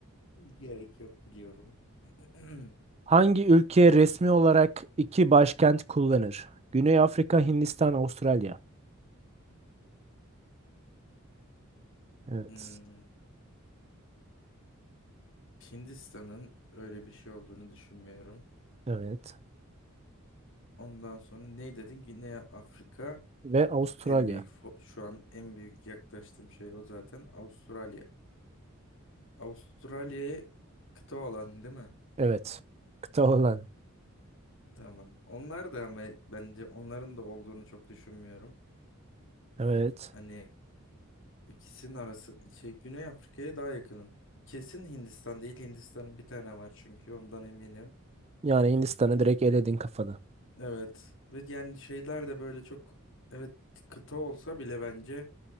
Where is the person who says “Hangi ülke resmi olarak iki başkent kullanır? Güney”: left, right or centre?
Right